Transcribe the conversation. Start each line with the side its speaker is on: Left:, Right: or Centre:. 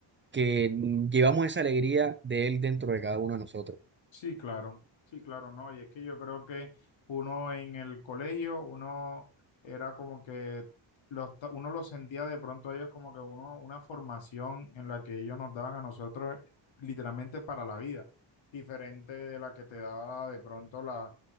Right: que llevamos esa alegría de él dentro de cada uno de nosotros.
Left: Sí, claro, sí, claro, no, y es que yo creo que uno en el colegio, uno era como que los, ta- uno los sentía de pronto a ellos como que uno, una formación en la que ellos nos daban a nosotros literalmente para la vida, diferente de la que te daba de pronto la,